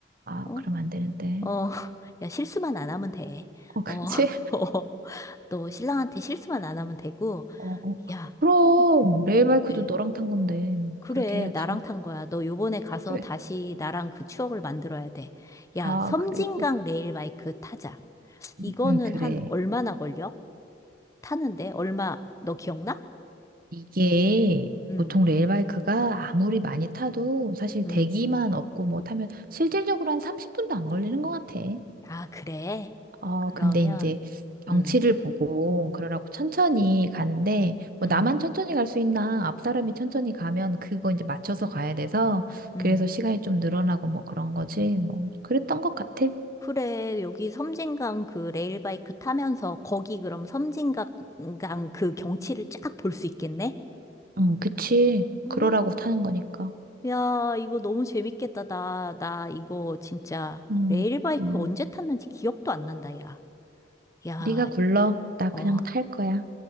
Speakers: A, on the right (about 50°); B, on the left (about 15°).
A: 아,
B: 어?
A: 그럼 안 되는데.
B: 어, <laughs> 야, 실수만 안 하면 돼.
A: 어, 그렇지?
B: 어, <laughs> 또 신랑한테 실수만 안 하면 되고,
A: 어, 어.
B: 야,
A: 그럼
B: 선-
A: 레일바이크도
B: 그래,
A: 너랑 탄 건데
B: 그래,
A: 그렇게 해야지.
B: 나랑 탄 거야. 너 요번에 가서
A: 그래.
B: 다시 나랑 그 추억을 만들어야 돼. 야,
A: 아,
B: 섬진강
A: 그래, 그래.
B: 레일바이크 타자.
A: 음,
B: 이거는
A: 음, 그래.
B: 한 얼마나 걸려? 타는데? 얼마, 너 기억나?
A: 이게
B: 응,
A: 보통 레일바이크가 아무리 많이 타도 사실
B: 응.
A: 대기만 없고 뭐 타면 실질적으로 한 30분도 안 걸리는 것 같아.
B: 아, 그래.
A: 어,
B: 그러면,
A: 근데 이제 경치를
B: 응,
A: 보고 그러라고 천천히 가는데 뭐
B: 응,
A: 나만 천천히 갈 수 있나 앞 사람이 천천히 가면 그거 이제 맞춰서 가야 돼서
B: 응.
A: 그래서 시간이 좀 늘어나고 뭐 그런 거지 뭐 그랬던 것 같아.
B: 그래, 여기 섬진강 그 레일바이크 타면서 거기 그럼 섬진강 그 경치를 쫙 볼 수 있겠네?
A: 응, 그치.
B: 음.
A: 그러라고 타는 거니까.
B: 야, 이거 너무 재밌겠다. 나, 나 이거 진짜
A: 응,
B: 레일바이크
A: 응.
B: 언제 탔는지 기억도 안 난다, 야. 야,
A: 네가 굴러. 나 그냥
B: 어,
A: 탈 거야.